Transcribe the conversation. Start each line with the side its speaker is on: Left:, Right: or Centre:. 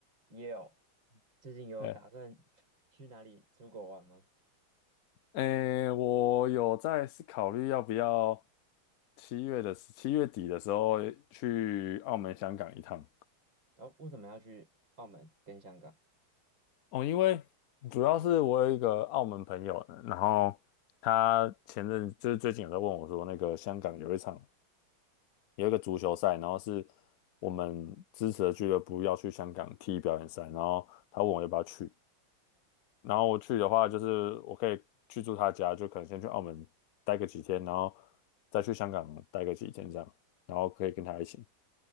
Right: 也有，最近有打算
Left: 哎
Right: <laughs> 去哪里出国玩吗？
Left: 哎，我有在思考虑要不要七月的七月底的时候去澳门、香港一趟
Right: 然后为什么要去澳门跟香港？
Left: 哦，因为主要是我有一个澳门朋友，然后他前阵就是最近有在问我说，那个香港有一场有一个足球赛，然后是我们支持的俱乐部要去香港踢表演赛，然后他问我要不要去，然后我去的话，就是我可以去住他家，就可能先去澳门待个几天，然后再去香港待个几天这样，然后可以跟他一起。